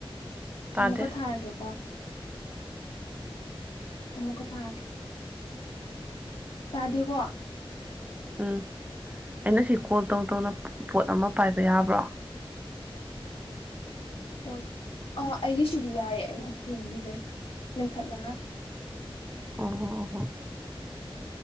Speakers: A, on the right (about 15°); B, on the left (about 75°).
A: ꯇꯥꯗꯦ
B: ꯑꯃꯨꯛꯀ ꯊꯥꯔꯒꯦꯀꯣ ꯑꯃꯨꯛꯀ ꯊꯥꯔꯛꯀꯦ ꯇꯥꯗꯦꯀꯣ
A: ꯎꯝ ꯑꯩꯅ ꯁꯤ ꯀꯣꯜ ꯇꯧꯗꯧꯅ ꯄꯣꯠ ꯑꯃ ꯄꯥꯏꯕ ꯌꯥꯕ꯭ꯔꯣ
B: ꯑꯣ ꯑꯥ ꯑꯩꯒꯤꯁꯤꯗꯤ ꯌꯥꯏꯌꯦ ꯑꯩꯒꯤ ꯌꯦꯡꯈꯤꯕ ꯂꯩꯈꯠꯂꯒ
A: ꯑꯣ ꯑ ꯍꯣ